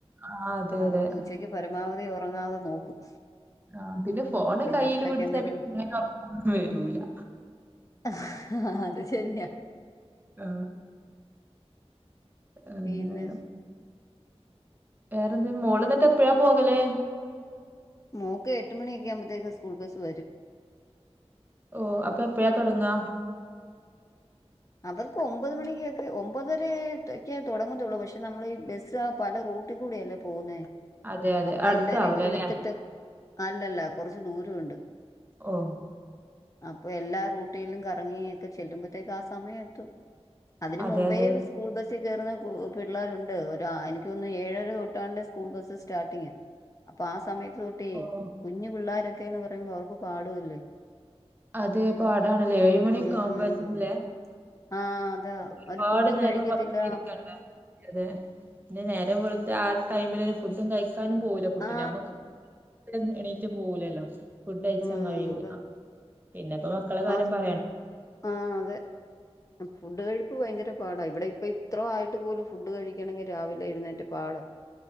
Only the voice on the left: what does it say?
അതുകൊണ്ട്
ഉച്ചക്ക് പരമാവധി ഒറങ്ങാതെ നോക്കും
പിന്നെ
അത്രയ്ക്ക്
എന്തേലും
ആ അത് ശരിയാ
പിന്നെ
മോക്ക് എട്ട് മണിയൊക്കെ ആകുമ്പോഴത്തേക്ക് സ്കൂൾ ബസ് വരും
അവർക്ക് ഒമ്പത് മണികൊക്കെ ഒമ്പതരേട്ടെക്കെ തോടങ്ങത്തോള്ളൂ പഷേ നമ്മളീ ബസാ പല റൂ റൂട്ടി കൂടിയല്ലേ പോകുന്നേ
അപ്പൊ
എല്ലാരേം എടുത്തിട്ട് അല്ലല്ല കൊറച്ച് ദൂരോണ്ട്
അപ്പൊ എല്ലാ റൂട്ടിയിലും കറങ്ങി ഒക്കെ ചെല്ലുമ്പോത്തേക്ക് ആ സമയം എത്തും അതിന്
മുമ്പേ
സ്കൂൾ ബസ് ചേർന്ന പിള്ളേരോണ്ട് ഒരാ ആ എനിക്കൊന്നുന്ന് ഏഴര തൊട്ടാണ്ട് സ്കൂൾ ബസ്സ് സ്റ്റാർട്ടിങ് അപ്പൊ ആ സമയത്ത് തൊട്ടീ
കുഞ്ഞു പിള്ളാരൊക്കേന്ന് പറയുമ്പോ അവർക്ക് പാടുവല്ലേ
ഉം ആ അതാ
അവര് ഫുഡും
കഴിക്കത്തില്ല
ആ
ഉം
അതാ
ആ സ്-
ആ അതെ ഫുഡ് കഴിപ്പ് ഭയങ്കര പാടാ ഇവിടെ ഇപ്പ ഇത്ര ആയിട്ട് പോലും ഫുഡ് കഴിക്കണെങ്കിൽ രാവിലെ എഴുന്നേറ്റ് പാടാ